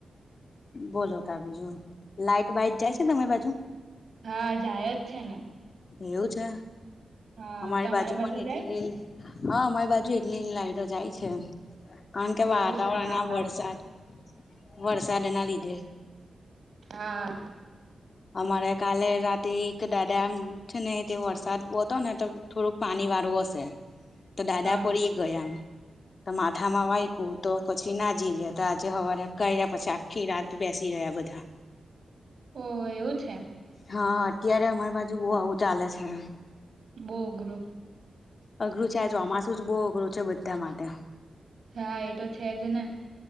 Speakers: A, on the left; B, on the right.
A: બોલો તા બીજું. લાઈટ બાઈટ જાય છે તમે બાજુ?
B: હા જાય જ છે ને.
A: એવું છે?
B: હા
A: અમારી
B: તમારા
A: બાજુ પણ એટલી
B: જાય
A: હા અમારી બાજુ એટલી લાઈટો જાય છે. કારણ કે
B: એવું
A: વાતાવરણ
B: છે હા
A: આ વરસાદ વરસાદના લીધે.
B: હા
A: અમારે કાલે રાતે એક દાદા આમ છે ને તે વરસાદ બહુ હતો ને તો થોડુંક પાણી વાળું હશે. તો દાદા
B: હા
A: પરી ગયા. તો માથામાં વાઈગુ તો પછી ના જીવ્યા તો આજે હવારે કર્યા પછી આ ખી રાત બેસી રહ્યા બધા.
B: ઓહ! એવું છે?
A: હા અત્યારે અમારી બાજુ બહુ આવું ચાલે છે.
B: બહુ અઘરું.
A: અઘરું છે આ ચોમાસું જ બહુ અઘરું છે બધા માટે.
B: હા એ તો છે જ ને.